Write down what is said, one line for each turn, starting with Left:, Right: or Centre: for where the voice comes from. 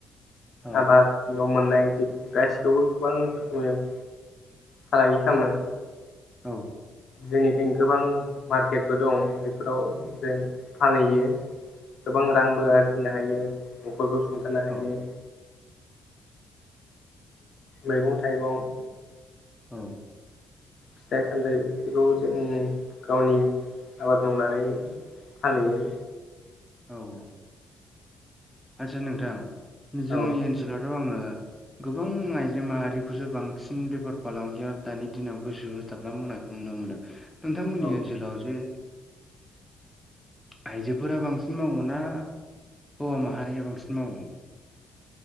Centre: औ
Left: आबाद न' मोननाय जि गासिखौबो गोबां रोखोम फालांगि खालामो
Centre: औ
Left: जोंनिथिं गोबां मार्केटबो दं बेफोराव जों फानहैयो गोबां रांबो आरजिनो हायो न'खरखौ सुंथानो हायो
Centre: औ
Left: मैगं थाइगं
Centre: औ
Left: फिथाइ सामथाइ बेखौ जों गावनि आबाद मावनानै फानहैयो
Centre: औ औ आदसा नोंथां जोंनि
Left: औ
Centre: ओनसोलावथ' आङो गोबां आइजो माहारिखौसो बांसिन बेफार फालांगियाव दानि दिनाव गोसो हो होथाबना मावनायखौ नुनो मोनदों नोंथांमोननि
Left: औ
Centre: ओनसोलाव जे आइजोफोरा बांसिन मावो ना हौवा मा <unintelligible> हारिया बांसिन मावो